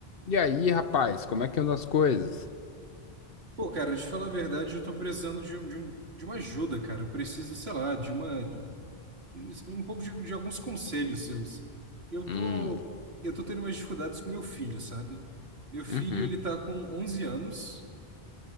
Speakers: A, on the left; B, on the right.
A: E aí, rapaz, como é que andam as coisas?
B: Pô, cara, de falar a verdade, eu tô precisando de, um- de, um- de uma ajuda, cara. Eu preciso, sei lá, de uma, de- um pouco de, de alguns conselhos seus. Eu tô,
A: Hum,
B: eu tô tendo umas dificuldades com meu filho, sabe? Meu filho,
A: uhum,
B: ele tá com onze anos